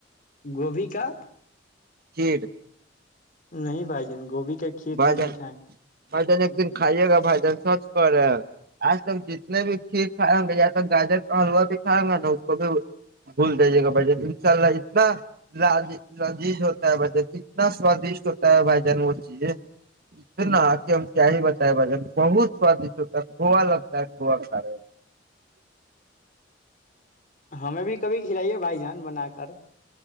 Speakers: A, on the left; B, on the right.
A: گوب کاا
B: کھیھر
A: نہیں بھائی جن گوبھی کا کھیر
B: بھائی
A: تو نہیں
B: جان
A: کھائے
B: بھائی جان ایک دن کھائیے گا بھائی جان سب کرے آج تک جتنے بھی کھیر کھائیں گے یا ت گاجر کا حلوا بھی کھائیں گا نا اس کو بھی بھول دیجیے گا بھائی ج ان شاء اللہ اتنا لال لذیذ ہوتا ہے بھائی ج اتنا سوادشٹ ہوتا ہے بھائی جان وہ چیزیں
A: ہ
B: نا آ ہم کیا ہی بتائے بے بت سادش ہوتا ہے گوا لگتا ہے گو کاے
A: ہمیں بھی کبھی کھلائیے بھائی جان بنا کر